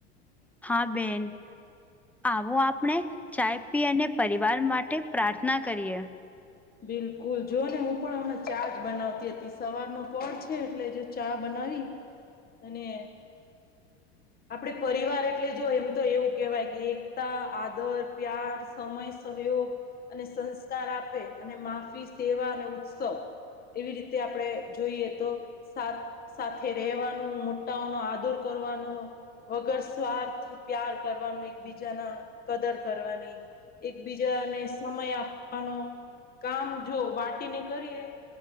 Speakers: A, in the centre; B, on the left.
A: હા, બેન. આવો આપણે ચાય પી અને પરિવાર માટે પ્રાર્થના કરીએ.
B: બિલકુલ જો ને હું પણ હમણા ચાજ બનાવતી હતી. સવારનો પહોર છે એટલે જો ચા બનાવી અને આપડે પરિવાર એટલે જો એમ તો એવું કેહેવાય કે એકતા, આદર, પ્યાર સમય, સહયોગ અને સંસ્કાર આપે અને માફી, સેવા અને ઉત્સવ. એવી રીતે આપણે જોઈએ તો સાથ સાથે રહેેવાનું મોટાઓનો આદર કરવાનો વગર સ્વાર્થ પ્યાર કરવાનું એકબીજાના કદર કરવાની એકબીજાને સમય આપવાનો. કામ જો વાટીને કરીએ.